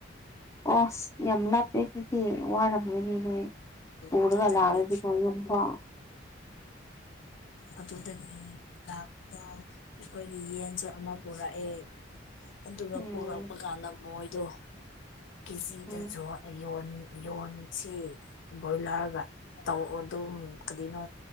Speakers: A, on the left (about 15°); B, on the left (about 70°).
A: ꯑꯁ ꯌꯥꯝ ꯅꯄ ꯑꯦ ꯑꯗꯨꯗꯤ ꯋꯥꯔꯝꯒꯅꯤꯍꯦ ꯄꯨꯔꯒ
B: ꯑꯗꯨꯗꯒꯤ
A: ꯂꯥꯛꯔꯗꯤꯀꯣ ꯌꯨꯝ ꯐꯥꯎ
B: ꯑꯗꯨꯗꯒꯤ ꯂꯥꯛꯇ ꯑꯩꯈꯣꯏꯒꯤ ꯌꯦꯟꯁꯨ ꯑꯃ ꯄꯨꯔꯛꯑꯦ ꯑꯗꯨꯒ
A: ꯎꯝ
B: ꯄꯨꯔꯛꯄ ꯀꯥꯟꯗ ꯃꯣꯏꯗꯣ ꯀꯦꯖꯤꯗ
A: ꯎꯝ
B: ꯖꯣꯠ ꯌꯣꯟꯅꯤ ꯌꯣꯟꯁꯤ ꯕꯣꯏꯂꯔꯒ ꯇꯧꯔꯛꯑꯣ ꯑꯗꯨꯝ ꯀꯔꯤꯅꯣ